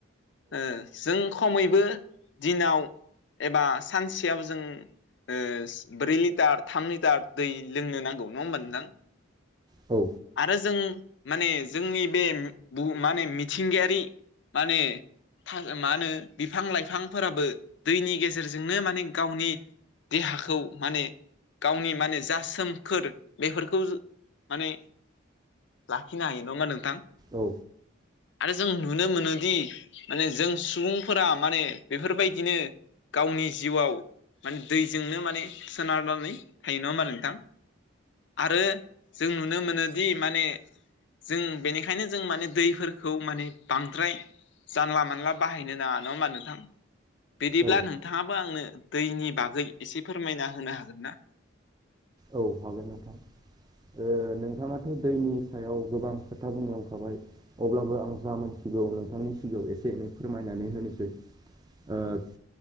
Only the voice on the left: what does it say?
ओ जों खमैबो दिनाव एबा सानसेयाव जों। ओ ब्रै लिटार थाम लिटार दै लोंनो नांगौ नङा होमबा नोंथां।
आरो जों माने जोंनि बे बुहुम माने मिथिंगायारि। माने। था मा होनो बिफां लाइफांफोराबो दैनि गेजेरजोंनो माने गावनि। देहाखौ माने। गावनि माने जा सोमखोर बेफोरखौ माने। लाखिनो हायो नङा नोंथां।
आरो जों नुनो मोनोदि। माने जों सुबुंफोरा माने बेफोरबायदिनो गावनि जिउआव। माने दैजोंनो माने सोनारनानै थायो नङा होमबा नोंथां आरो। जों नुनो मोनोदि माने। जों बेनिखायनो जों माने दैफोरखौ माने बांद्राय। जानला मोनला बाहायनो नाङा नङा होमबा नोंथां। बिदिब्ला
नोंथाङाबो आंनो दैनि बागै एसे फोरमायना होनो हागोन ना।